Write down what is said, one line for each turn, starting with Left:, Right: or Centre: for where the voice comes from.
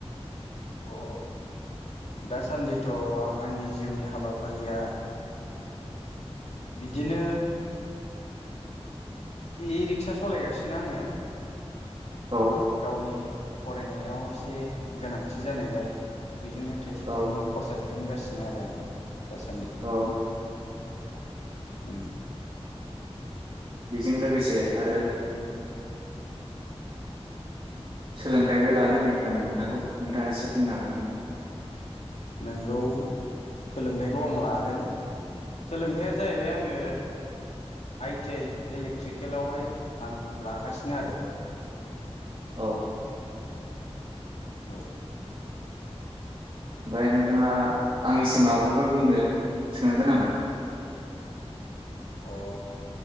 Left: अ दासान्दिथ' आंनि जिउनि हाबाफारिया बिदिनो। ए रिक्सा सालायगासिनो आङो।
Right: औ
Left: गावनि। फरायनायाव एसे गोनांथि जानायलाय बेजोंनो थाइसे
Right: औ
Left: थाइनै खरसा दिहुनगासि नो‌ आरो दासान्दि।
Right: औ
Left: उम
Right: बेजों लोगोसे आरो सोलोंथाइबो लादों होननाय खोनादों नोंथांखौ नोंथाङा एसे बुंनो हागोन नामा?
Left: नोंगौ सोलोंथाइखौ आं लादों सोलोंथायाइया जाहैबाय आङो आइटि आइ इलेक्ट्रिकेलावहाय आं लागासिनो आरो।
Right: औ।
Left: औ।
Right: ओमफ्राय नोंथाङा आंनिसिम माबाफोर बुंनो सोंनो गोनांमोन?
Left: अ